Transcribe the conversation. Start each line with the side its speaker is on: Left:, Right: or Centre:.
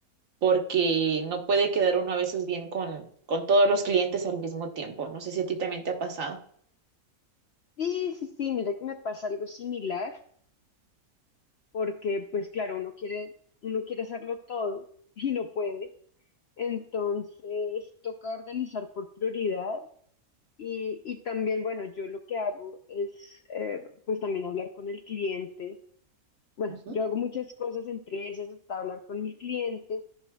Right: porque no puede quedar uno a veces bien con, con todos los clientes al mismo tiempo. No sé si a ti también te ha pasado.
Left: Sí, sí, sí, mira que me pasa algo similar. porque pues claro, uno quiere, uno quiere hacerlo todo y no puede. Entonces toca organizar por prioridad y, y también, bueno, yo lo que hago es eh, pues también hablar con el cliente. Bueno,
Right: Ujú,
Left: yo hago muchas cosas entre esas hasta hablar con el cliente